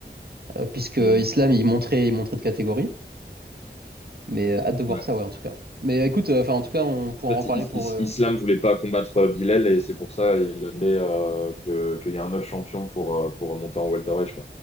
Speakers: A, on the right; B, on the left.
A: Euh, puisque
B: coup,
A: Islam, il montrait, il montrait de catégorie. Mais euh, hâte de voir
B: ouais.
A: ça, ouais, en tout cas. Mais euh, écoute, euh, enfin, en tout cas, on pourra
B: En
A: en
B: fait,
A: reparler
B: Is-
A: pour,
B: Is-
A: euh,
B: Islam voulait pas combattre euh, Bilal et c'est pour ça il a demandé, euh, que qu'il y a un autre champion pour euh, pour monter en welterweight.